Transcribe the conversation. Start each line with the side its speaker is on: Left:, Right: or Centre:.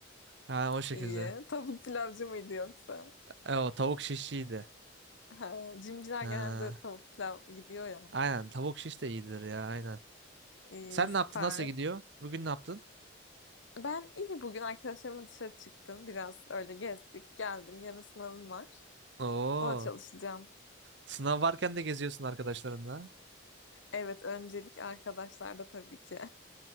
Right: Ha o şekilde.
Left: İyi. Tavuk pilavcı mıydı yoksa?
Right: E, o tavuk şiş iyiydi.
Left: Ha, Cimciler
Right: Ha.
Left: genelde tavuk pilav gidiyor ya.
Right: Aynen tavuk şiş de iyidir ya aynen.
Left: İyi,
Right: Sen
Left: süper.
Right: ne yaptın? Nasıl gidiyor? Bugün ne yaptın?
Left: Ben iyi bugün arkadaşlarımla dışarı çıktım. Biraz öyle gezdik. Geldim. Yarın sınavım var.
Right: Oo.
Left: Ona çalışacağım.
Right: Sınav varken de geziyorsun arkadaşlarınla.
Left: Evet, öncelik arkadaşlarda tabii ki.